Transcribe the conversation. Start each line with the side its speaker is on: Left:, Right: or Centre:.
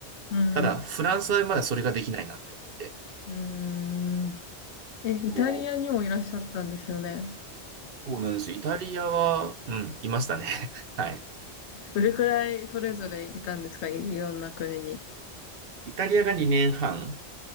Left: うん
Right: ただ、フランスはまだそれができないなって思って。
Left: うん。うん。え、イタリアにもいらっしゃったんですよね。
Right: そうそうなんですよ。イタリアは、うん、いましたね。<laughs> はい。
Left: どれくらいそれぞれいたんですかい、いろんな国に。
Right: イタリアが2年半、